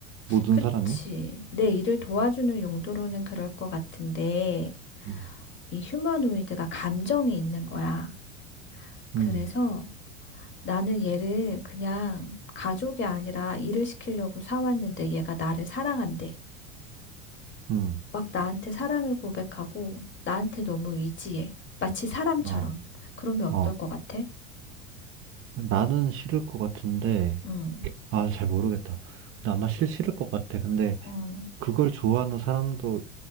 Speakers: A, on the right; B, on the left.
A: 모든
B: 그치.
A: 사람이?
B: 내 일을 도와주는 용도로는 그럴 것 같은데,
A: 응,
B: 이 휴머노이드가 감정이 있는 거야. 그래서
A: 응,
B: 나는 얘를 그냥 가족이 아니라 일을 시키려고 사왔는데 얘가 나를 사랑한대.
A: 응,
B: 막 나한테 사랑을 고백하고 나한테 너무 의지해. 마치 사람처럼.
A: 어,
B: 그러면 어떨
A: 어.
B: 것 같아?
A: 나는 싫을 것 같은데,
B: 응.
A: 아, 잘 모르겠다. 근데 아마 싫, 싫을 것 같아. 근데
B: 어.
A: 그걸 좋아하는 사람도